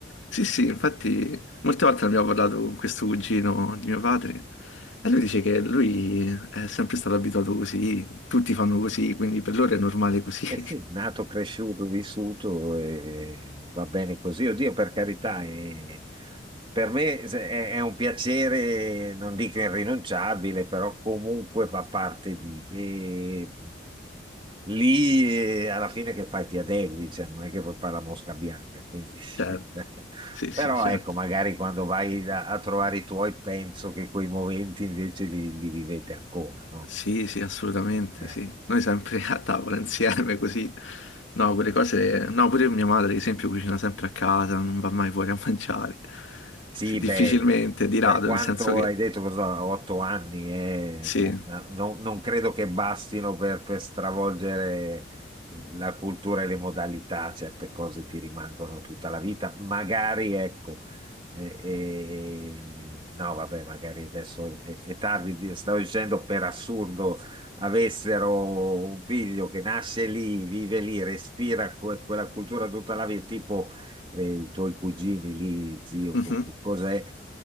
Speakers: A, on the left; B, on the right.
A: Sì, sì, infatti molte volte abbiamo parlato con questo cugino di mio padre e lui dice
B: <laughs>
A: che lui è sempre stato abituato così, tutti fanno così, quindi per loro è normale così.
B: Eh
A: <laughs>
B: sì, nato, cresciuto, vissuto, e va bene così. Oddio, per carità, eh, per me se- è, è un piacere, non dico irrinunciabile, però comunque fa parte di... E lì eh, alla fine che fai? Ti adegui, cioè, non è che puoi fare la mosca bianca. quindi.
A: Certo,
B: <laughs>
A: sì,
B: Però
A: sì, certo.
B: ecco, magari quando vai a, a trovare i tuoi, penso che quei momenti invece li, li vivete ancora, no?
A: Sì, sì, assolutamente,
B: Eh.
A: sì. Noi sempre a tavola insieme così. No, quelle cose... No, pure mia madre, ad esempio, cucina sempre a casa, non va mai fuori a mangiare.
B: Sì,
A: Sì, difficilmente,
B: beh,
A: di
B: per
A: rado,
B: quanto
A: nel senso che...
B: hai detto, cosa, otto anni, eh,
A: Sì.
B: no- non, non credo che bastino per, per stravolgere la cultura e le modalità, certe cose ti rimangono tutta la vita. Magari, ecco, eh, eh, no, vabbè, magari adesso è, è tardi, di- stavo dicendo per assurdo avessero un figlio che nasce lì, vive lì, respira que- quella cultura tutta la vita, tipo eh, i tuoi cugini lì, zio,
A: Mhm.
B: co- co- cos'è?